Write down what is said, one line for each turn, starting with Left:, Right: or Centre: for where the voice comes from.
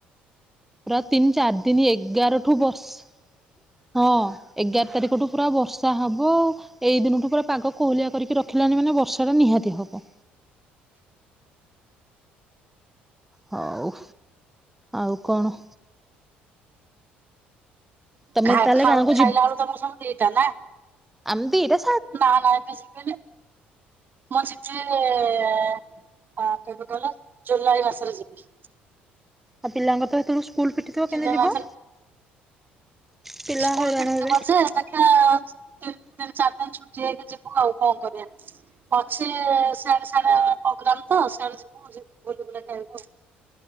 Centre: ପ୍ରତ ତିନି ଚାରି ଦିନ ଏଗାରଠୁ ବର୍ସ ହଁ। ଏଗାର ତାରିଖଠୁ ପୁରା ବର୍ଷ ଷା ହବ ଆଉ ଏଇ ଦିନଠୁ ପୁରା ପାଗ କୋହଲିଆ କରିକି ରଖିଲାଣି ମାନେ ବର୍ଷ ଏରା ନିହାତି ହବ। ହଉ। ଆଉ କଣ? ତମେ
Right: ଖା-ଖାଉ
Centre: ତାହେଲେ ଗାଁକୁ
Right: ଖାଇଲା ବେଳୁ ତମର ସବୁ ଦିଟା ନା।
Centre: ଆମ୍ ଦିଇଟା
Right: ନା ନା ଏବେ ଶିଖିବିନି ମୁଁ ଶିଖି <unintelligible> ଏଁ ଏ କେବେ କହିଲୁ? ଜୁଲାଇ ମାସରେ ଯିବି।
Centre: ଆ ପିଲାଙ୍କର ତ ହେତେଳୁ ସ୍କୁ ସ୍କୁଲ ଫିଟିଥିବ କିଁତି
Right: ଜୁଲାଇ
Centre: ଯିବ?
Right: ମାସରେ
Centre: ପିଲା
Right: ସ୍କୁଲ
Centre: ହଇରାଣ
Right: ଫିର୍ ଯିବ
Centre: ହେବେ
Right: ସେ ଦେଖିବା <unintelligible> ତିନଚାରି ଦିନ ଛୁଟି ନେଇକି ଯିବୁ ଆଉ କଣ କରିବା । ଅଛି ସିଆଡେ ସିଆଡେ ପ୍ରୋଗ୍ରାମ୍ ତ ସିଆଡେ ଯିବୁ ଯିବୁ ବୁଲି ବୁଲାକି ଆଇବୁ ଆଉ।